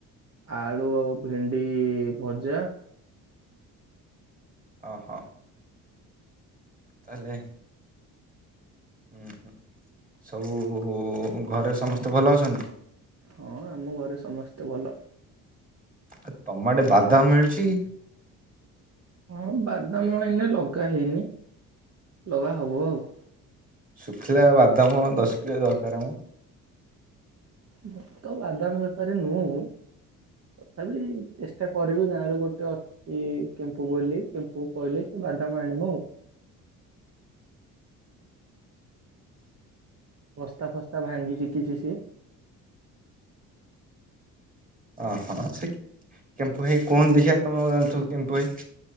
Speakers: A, on the right; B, on the right.
A: ଆଳୁ ଆଉ ଭେଣ୍ଡି ଭଜା
B: ଅ ହ ତାହେଲେ ଉଁ ହୁଁ। ସବୁ ଘରେ ସମସ୍ତେ ଭଲ ଅଛନ୍ତି?
A: ହଁ ଆମ ଘରେ ସମସ୍ତେ ଭଲ।
B: ଆ ତମ ଆଡେ ବାଦାମ ମିଳୁଚି?
A: ହଁ ବାଦାମ ଏଇନେ ଲଗା ହେଇନି ଲଗା ହବ ଆଉ।
B: ଶୁଖିଲା ବାଦାମ ଦଶ କିଲେ ଦରକାର ମ।
A: ମୁଁ ତ ବାଦାମ ବେପାରୀ ନୁହୁଁ ତଥାପି ଚେଷ୍ଟା କରିବି ଗାଁରୁ ଗୋଟେ ଅ ଏ କେମ୍ପୁ ବୋଲି କେମ୍ପୁ କହିଲେ ସେ ବାଦାମ ଆଣିବ ଆଉ। ବସ୍ତା ଫସ୍ତା ଭାଙ୍ଗି ଶିଖିଚି ସିଏ।
B: ଓହଁ ସେ କେମ୍ପୁ ଭାଇ କୁହନ ଦେଖିବା ତମ ଠୁ କେମ୍ପୁ ଭାଇ।